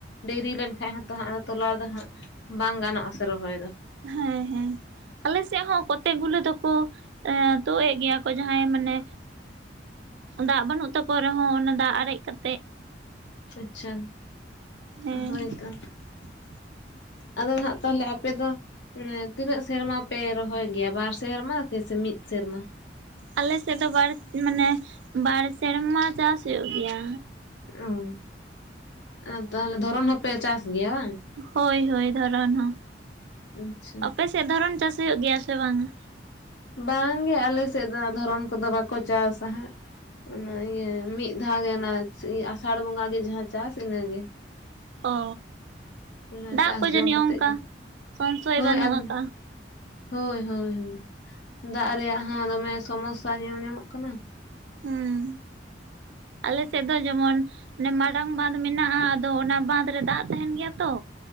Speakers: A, on the left; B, on the right.
A: ᱰᱮᱨᱤ ᱞᱮᱱᱠᱷᱟᱱ ᱦᱚᱸᱛᱚ ᱛᱚᱞᱟᱫᱚ ᱦᱟᱸᱜ ᱵᱟᱝ ᱜᱟᱱᱚᱜ ᱟᱥᱮ ᱨᱚᱦᱚᱭ ᱫᱚ᱾
B: ᱦᱮᱸ ᱦᱮᱸ ᱟᱞᱮ ᱥᱮᱫ ᱦᱚᱸ ᱠᱚᱛᱮᱠ ᱜᱩᱞᱤ ᱫᱚᱠᱚ ᱮᱸ ᱛᱳᱜ ᱮᱜ ᱜᱮᱭᱟ ᱠᱚ ᱡᱟᱦᱟᱸᱭ ᱢᱟᱱᱮ ᱫᱟᱜ ᱵᱟᱹᱱᱩᱜ ᱛᱟᱠᱚ ᱨᱮᱦᱚᱸ ᱚᱱᱟ ᱫᱟᱜ ᱟᱨᱮᱡ ᱠᱟᱛᱮᱜ
A: ᱟᱪᱪᱷᱟ
B: ᱦᱮᱸ
A: ᱦᱳᱭ ᱛᱚ
B: <unintelligible>
A: ᱟᱫᱚ ᱦᱟᱸᱜ ᱛᱟᱦᱚᱞᱮ ᱟᱯᱮ ᱫᱚ ᱢᱮ ᱛᱤᱱᱟᱹᱜ ᱥᱮᱨᱢᱟ ᱯᱮ ᱨᱚᱦᱚᱭ ᱜᱮᱭᱟ, ᱵᱟᱨ ᱥᱮᱨᱢᱟ ᱥᱮ ᱢᱤᱫ ᱥᱮᱨᱢᱟ?
B: ᱟᱞᱮᱥᱮᱫ ᱫᱚ ᱵᱟᱨ ᱢᱟᱱᱮ ᱵᱟᱨ ᱥᱮᱨᱢᱟ ᱪᱟᱥ ᱦᱩᱭᱩᱜ ᱜᱮᱭᱟ᱾
A: ᱚ, ᱛᱟᱦᱚᱞᱮ ᱫᱷᱚᱨᱚᱱ ᱦᱚᱸᱯᱮ ᱪᱟᱥ ᱜᱮᱭᱟ ᱵᱟᱝ?
B: ᱦᱳᱭ ᱦᱳᱭ ᱫᱷᱚᱨᱚᱱ ᱦᱚᱸ,
A: ᱟᱪᱪᱷᱟ
B: ᱟᱯᱮᱥᱮᱫ ᱫᱷᱚᱨᱚᱱ ᱪᱟᱥ ᱦᱩᱭᱩᱜ ᱜᱮᱭᱟ ᱥᱮ ᱵᱟᱝᱟ?
A: ᱵᱟᱝᱜᱮ ᱟᱞᱮ ᱥᱮᱫ ᱫᱚ ᱫᱷᱚᱨᱚᱱ ᱠᱚᱫᱚ ᱵᱟᱠᱚ ᱪᱟᱥᱟ ᱦᱟᱸᱜ᱾ ᱚᱱᱟ ᱤᱭᱟᱹ ᱢᱤᱫ ᱫᱷᱟᱣ ᱜᱮ ᱚᱱᱟ ᱟᱥᱟᱲ ᱵᱚᱸᱜᱟ ᱜᱮ ᱡᱟᱦᱟᱸ ᱪᱟᱥ ᱤᱱᱟᱹᱜᱮ᱾
B: ᱚ
A: ᱚᱱᱟ
B: ᱫᱟᱜ
A: ᱪᱟᱥ
B: ᱠᱚ
A: ᱡᱚᱢ
B: ᱡᱟᱹᱱᱤᱡ
A: ᱠᱟᱛᱮᱜ
B: ᱚᱱᱠᱟ
A: ᱜᱮ
B: ᱥᱚᱝᱥᱚᱭ
A: ᱦᱳᱭ
B: ᱵᱟᱹᱱᱩᱜ
A: ᱟᱨ
B: ᱟᱠᱟᱫᱼᱟ᱾
A: ᱦᱳᱭ ᱦᱳᱭ ᱦᱳᱭ ᱫᱟᱜ ᱨᱮᱭᱟᱜ ᱦᱚᱸ ᱫᱚᱢᱮ ᱥᱚᱢᱚᱥᱥᱟ ᱧᱮᱞ ᱧᱟᱢᱚᱜ ᱠᱟᱱᱟ᱾
B: ᱦᱮᱸ ᱟᱞᱮ ᱟ ᱥᱮᱫ ᱫᱚ ᱡᱮᱢᱚᱱ ᱚᱱᱮ ᱢᱟᱨᱟᱝ ᱵᱟᱸᱫ ᱢᱮᱱᱟᱜᱼᱟ ᱟᱫᱚ ᱚᱱᱟ ᱵᱟᱸᱫ ᱨᱮ ᱫᱟᱜ ᱛᱟᱦᱮᱸᱱ ᱜᱮᱭᱟ ᱛᱚ᱾